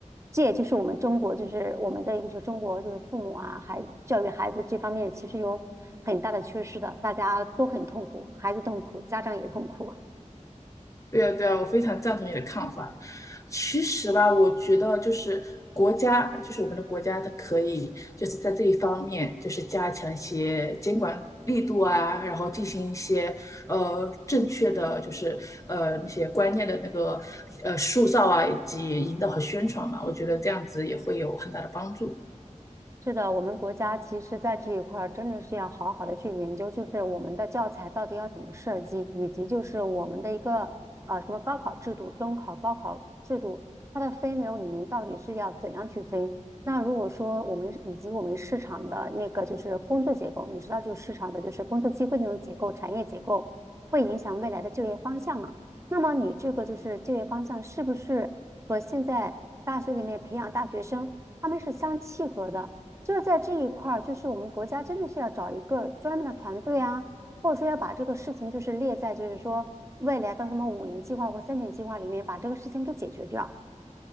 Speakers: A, on the right; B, on the left.
A: 这也就是我们中国，就是我们的一个，就是中国就是父母啊，孩教育孩子这方面其实有很大的缺失的，大家都很痛苦，孩子痛苦，家长也痛苦。
B: 对啊，对啊，我非常赞同你的看法。其实吧，我觉得就是国家，就是我们的国家，它可以就是在这一方面，就是加强一些监管力度啊，然后进行一些呃正确的，就是呃那些观念的那个呃塑造啊，以及引导和宣传嘛。我觉得这样子也会有很大的帮助。
A: 是的，我们国家其实在这一块儿真的是要好好的去研究，就是我们的教材到底要怎么设计，以及就是我们的一个呃什么高考制度、中考、高考制度，它的分流里面到底是要怎样去分？那如果说我们以及我们市场的那个就是工作结构，你知道就市场的就是工作机会那种结构、产业结构，会影响未来的就业方向嘛？那么你这个就是就业方向是不是和现在大学里面培养大学生他们是相契合的？就是在这一块儿，就是我们国家真的是要找一个专门的团队啊，或者说要把这个事情就是列在就是说未来到什么五年计划或三年计划里面把这个事情给解决掉。